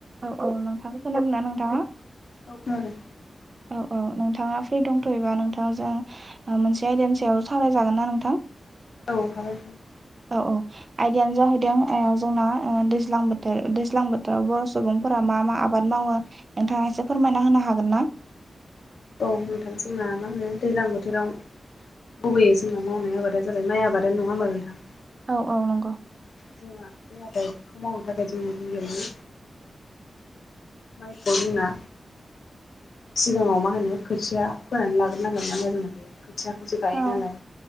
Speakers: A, on the right; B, on the left.
A: औ औ नोंथां खोनादोंना नोंथाङा?
B: औ खोनादों।
A: औ औ नोंथाङा फ्रि दंथ'योबा नोंथांजों मोनसे आयदानि सायाव सावरायजागोन ना नोंथां?
B: औ हागोन।
A: औ औ आयदायानो जाहैदों ओ जोंना दैज्लां बोथोर दैज्लां बोथोराव बर' सुबुं फोरा मा मा आबाद मावो नोंथाङा एसे फोरमायना होनो हागोन ना?
B: औ नोंथां जोंना मा होनो दैज्लां बोथोराव गुबैयै जोंना मावनाय आबादानो जाबाय माइ आबादानो नङा होमबा नोंथां?
A: औ औ नंगौ।
B: जोंहा बे आबादखौ मावनो थाखाय जोङो गिबियावनो माइखौ जोंना सिगाङाव मा होनो खोथिया फोनानै लाग्रोनांगोन नामा जोंना बे खोथियाखौसो गायो
A: औ
B: नालाय।